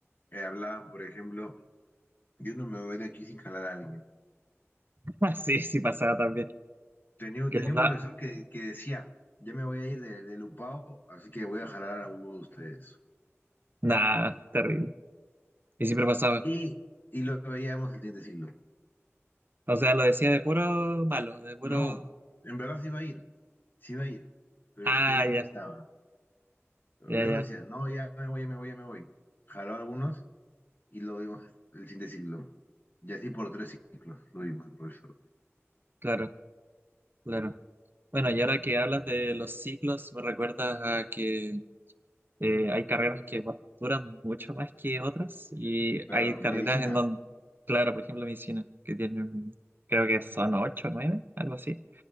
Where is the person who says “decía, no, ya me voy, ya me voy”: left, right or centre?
Left